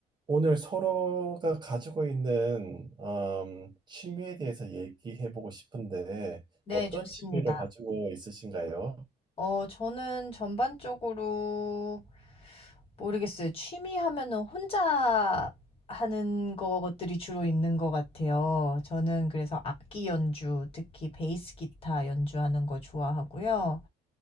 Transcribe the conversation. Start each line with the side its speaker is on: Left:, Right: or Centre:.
Right: 오늘 서로가 가지고 있는 음, 취미에 대해서 얘기해보고 싶은데
Left: 네,
Right: 어떤
Left: 좋습니다.
Right: 취미를 가지고 있으신가요?
Left: 어, 저는 전반적으로 모르겠어요. 취미 하면은 혼자 하는 것들이 주로 있는 것 같아요. 저는 그래서 악기 연주, 특히 베이스 기타 연주하는 거 좋아하고요.